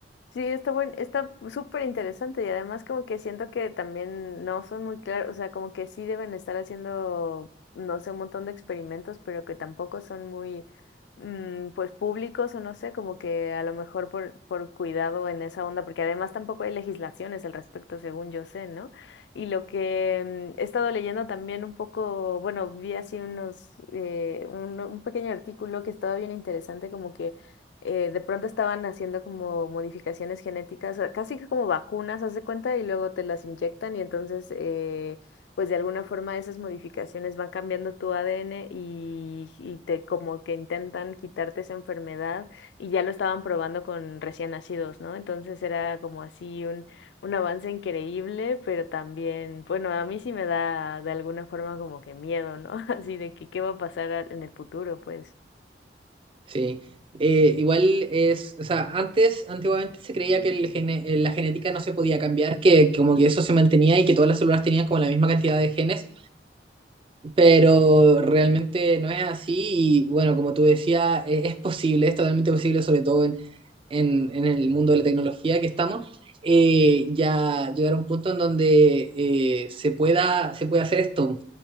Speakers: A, on the left; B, on the right.
A: Sí, está buen, está súper interesante y además como que siento que también no son muy claros, o sea, como que sí deben estar haciendo, no sé, un montón de experimentos, pero que tampoco son muy, mm, pues públicos o no sé, como que a lo mejor por, por cuidado en esa onda, porque además tampoco hay legislaciones al respecto, según yo sé, ¿no? Y lo que mm, he estado leyendo también un poco, bueno, vi así unos, eh, un, un pequeño artículo que estaba bien interesante, como que eh, de pronto estaban haciendo como modificaciones genéticas, eh, casi que como vacunas, haz de cuenta, y luego te las inyectan y entonces, eh, pues de alguna forma esas modificaciones van cambiando tu ADN y, y te como que intentan quitarte esa enfermedad y ya lo estaban probando con recién nacidos, ¿no? Entonces era como así un, un avance increíble, pero también, bueno, a mí sí me da de alguna forma como que miedo, ¿no? <laughs> Así de que qué va a pasar a- en el futuro, pues.
B: Sí, Eh, igual es, o sea, antes, antiguamente se creía que el gene- eh, la genética no se podía cambiar, que como que eso se mantenía y que todas las células tenían como la misma cantidad de genes, pero realmente no es así y bueno, como tú decías, eh, es posible, es totalmente posible, sobre todo en, en- en el mundo de la tecnología que estamos, eh, ya llegar a un punto en donde eh, se pueda, se puede hacer esto.